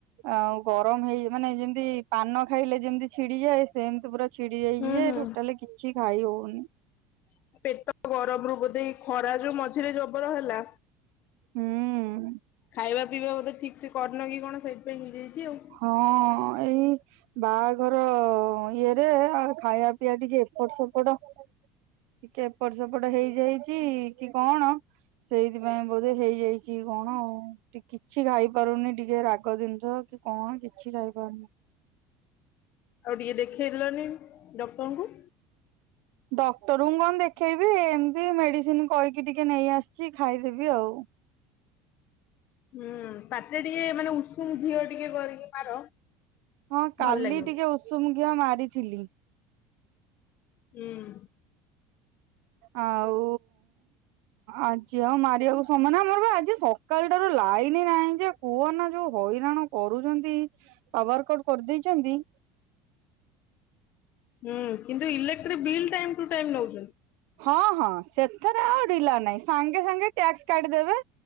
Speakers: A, on the right (about 70°); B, on the left (about 50°).
A: ଆଉ ଗରମ ହେଇ ମାନେ ଯେମତି ପାନ ଖାଇଲେ ଯେମିତି ଛିଡିଯାଏ ସେମତି ପୁରା ଛିଡି ଯାଇଛି
B: ହୁଁ
A: ଯେ
B: ହୁଁ
A: ଟୋଟାଲି କିଛି ଖାଇ ହଉନି।
B: ମୋ ପେଟ ଗରମ ରୁ ବୋଧେ ଖରା ଯୋଉ ମଝିରେ ଜବର ହେଲା।
A: ହୁଁ।
B: ଖାଇବା ପିଇବା ବୋଧେ ଠିକ୍ ସେ କରିନ କି କଣ ସେଇଥିପାଇଁ ହେଇଯାଇଛି ଆଉ।
A: ହଁ ଏଇ ବାହାଘର ଇଏରେ ଆଉ ଖାଇବା ପିଇବା ଟିକେ ଏପଟ ସେପଟ ଟିକେ ଏପଟ ସେପଟ ହେଇଯାଇଛି କି କଣ ସେଇଥିପାଇଁ ବୋଧେ ହେଇଯାଇଛି କଣ ଆଉ ଟିକେ କିଛି ଖାଇ ପାରୁନି ଟିକେ ରାଗ ଜିନିଷ କି କଣ କିଛି ଖାଇପାରୁନି।
B: ଆଉ ଟିକେ ଦେଖେଇ ଦେଲନି ଡକ୍ଟରଙ୍କୁ।
A: ଡକ୍ଟରଙ୍କୁ କଣ ଦେଖେଇବି ଏମତି ମେଡିସିନ କହିକି ଟିକେ ନେଇ ଆସିଛି ଖାଇଦେବି ଆଉ।
B: ହୁଁ ପାଟିରେ ଟିକେ ମାନେ ଉଷୁମ ଘିଅ ଟିକେ କରିକି ମାର।
A: ହଁ କାଲି
B: ଭଲ ଲାଗିବ।
A: ଟିକେ ଉଷୁମ ଘିଅ ମାରିଥିଲି।
B: ହୁଁ।
A: ଆଉ ଆଜି ଆଉ ମାରିବାକୁ ସମୟ ନାହିଁ ଆମର ବା ଆଜି ସ କାଲି ଠାରୁ ଲାଇନି ନାହିଁ ଯେ କୁହନା ଯୋଉ ହଇରାଣ କରୁଛନ୍ତି। ପାୱାର କଟ କରିଦେଇଛନ୍ତି।
B: ହୁଁ କିନ୍ତୁ ଇଲେକ୍ଟ୍ରିକ ବିଲ୍ ଟାଇମ୍ ଠୁ ଟାଇମ୍ ନେଉଛନ୍ତି।
A: ହଁ ହଁ ସେଥରେ ଆଉ ଢ଼ିଲା ନାହିଁ ସାଙ୍ଗେ ସାଙ୍ଗେ ଟ୍ୟାକ୍ସ କାଟିଦେବେ।